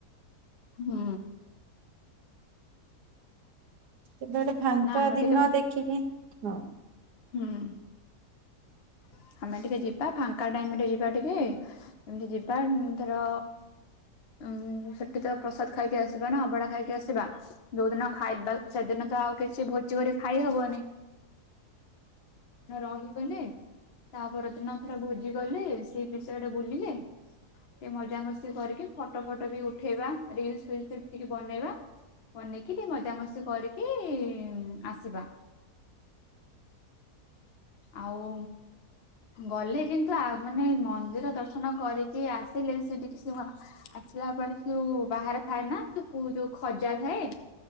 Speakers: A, on the left (about 50°); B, on the right (about 85°).
A: ହୁଁ।
B: ସେ ଗୋଟେ ଫାଙ୍କା
A: ନା ଆମେ
B: ଦିନ
A: ଟିକେ
B: ଦେଖିକି ହଁ।
A: ହୁଁ। <inaudible> ଆମେ ଟିକେ ଯିବା ଫାଙ୍କା ଟାଇମ ରେ ଯିବା ଟିକେ ଏମିତି ଯିବା ଧର ଉଁ ସେଠି ତ ପ୍ରସାଦ ଖାଇକି ଆସିବା ନା ଅଭଡା ଖାଇକି ଆସିବା ଯୋଉଦିନ ଖାଇବା ସେଦିନ ଆଉ କିଛି ଭୋଜି କରି ଖାଇ ହବନି ରହିଗଲେ ତାପର ଦିନ ଧର ଭୋଜି ଗଲେ ସେ ବିଷୟଟେ ବୁଲିଲେ ଟିକେ ମଜାମସ୍ତି କରିକି ଫଟୋ ଫଟୋ ବି ଉଠେଇବା ରିଲସ ଫିଲସ ଫି ଟିକେ ବନେଇବା। ବନେଇକି ଟିକେ ମଜା ମସ୍ତି କରିକି ଆସିବା। ଆଉ ଗଲେ କିନ୍ତୁ ଆ ମାନେ ମନ୍ଦିର ଦର୍ଶନ କରିକି ଆସିଲେ ବି ସେଠିକି ସେ ଆସିଲା ଯୋଉ ବାହାରେ ଥାଏ ନା ଯୋ ଯୋଉ ଖଜା ଥାଏ